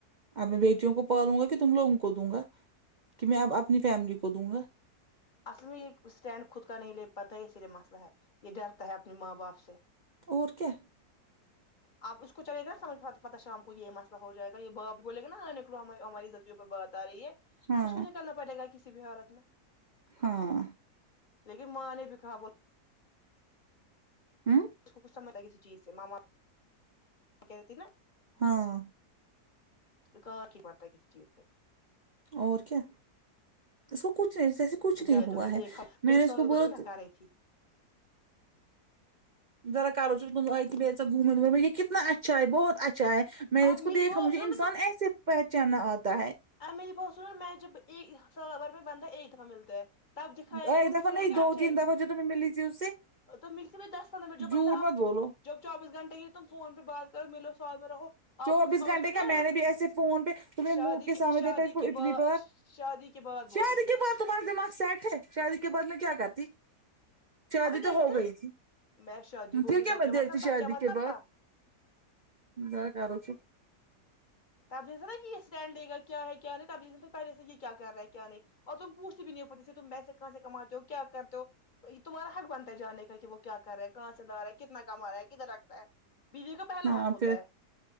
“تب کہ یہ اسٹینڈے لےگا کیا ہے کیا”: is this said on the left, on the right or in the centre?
Left